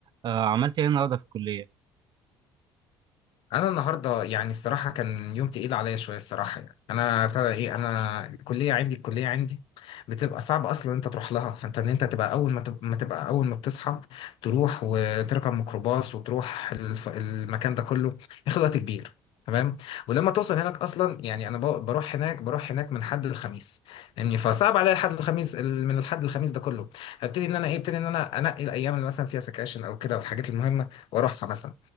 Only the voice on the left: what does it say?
انا النهارده يعني الصراحه كان يوم تقيل عليا شويه الصراحه يعني انا ابتدى ايه انا الكليه عندي الكليه عندي بتبقى صعب اصلا انت تروح لها فانت ان انت تبقى اول ما تبقى, ما تبقى اول ما بتصحى تروح وتركب ميكروباص وتروح الف... المكان ده كله ياخد وقت كبير تمام ولما توصل هناك اصلا يعني انا ب- بروح هناك بروح هناك من حد الخميس يعني فصعب عليا الحد الخميس ال- من الحد الخميس ده كله هبتدي ان انا ايه ابتدي ان انا انقي الايام اللي مثلا فيها سكاشن او كده والحاجات المهمه واروحها مثلا